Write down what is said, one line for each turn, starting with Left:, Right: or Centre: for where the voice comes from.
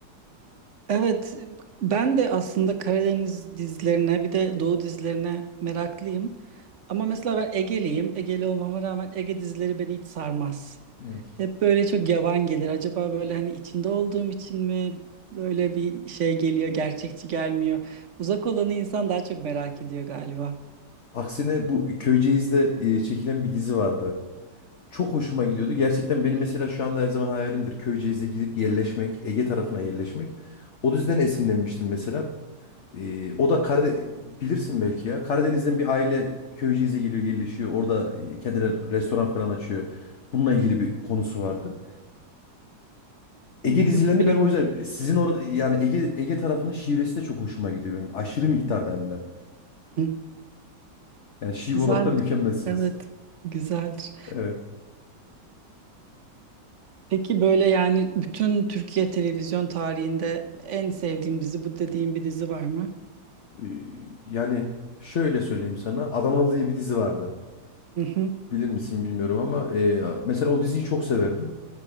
Right: Evet, ben de aslında Karadeniz dizilerine bir de Doğu dizilerine meraklıyım. Ama mesela ben Ege'liyim. Ege'li olmama rağmen Ege dizileri beni hiç sarmaz.
Left: Evet.
Right: Hep böyle çok yavan gelir. Acaba böyle hani içinde olduğum için mi böyle bir şey geliyor, gerçekçi gelmiyor. Uzak olanı insan daha çok merak ediyor galiba.
Left: Aksine bu Köyceğiz'de e, çekilen bir dizi vardı. Çok hoşuma gidiyordu. Gerçekten benim mesela şu anda her zaman hayalimdir. Köyceğiz'e gidip yerleşmek, Ege tarafına yerleşmek. O yüzden esinlenmiştim mesela. Ee, o da Karade bilirsin belki ya. Karadeniz'den bir aile Köyceğiz'e geliyor, yerleşiyor. Orada e, kendine restoran falan açıyor. Bununla ilgili bir konusu vardı. Ege
Right: Hmm,
Left: dizilerini
Right: yok bilemedim.
Left: ben o yüzden sizin or yani Ege Ege tarafının şivesi de çok hoşuma gidiyor benim. Aşırı miktarda hem de.
Right: Hı,
Left: Yani şive
Right: Güzel.
Left: olarak da mükemmelsiniz.
Right: Evet, güzeldir.
Left: Evet.
Right: Peki böyle yani bütün Türkiye televizyon tarihinde en sevdiğim dizi bu dediğim bir dizi var mı?
Left: Ee, yani şöyle söyleyeyim sana. Adanalı diye bir dizi vardı.
Right: Hı hı.
Left: Bilir misin bilmiyorum ama e, mesela o diziyi çok severdim.